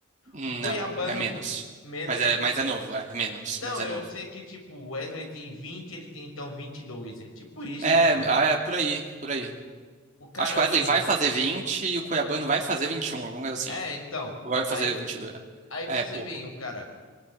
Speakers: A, on the right; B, on the left.
A: Não,
B: O Cuiabano
A: é menos.
B: Mena,
A: Mas é, mas é novo, é, é menos,
B: Não,
A: mas é
B: eu
A: novo.
B: sei que, tipo, o Wesley tem 20, ele tem então 22, É tipo isso
A: É,
B: também.
A: ah, é por aí, por aí.
B: O cara
A: Acho que o Wesley
B: vende.
A: vai fazer 20 e o Cuiabano vai fazer 21, alguma coisa assim.
B: É, então.
A: Ou Vai
B: Aí,
A: fazer 22.
B: aí você
A: É pouco.
B: vem, o cara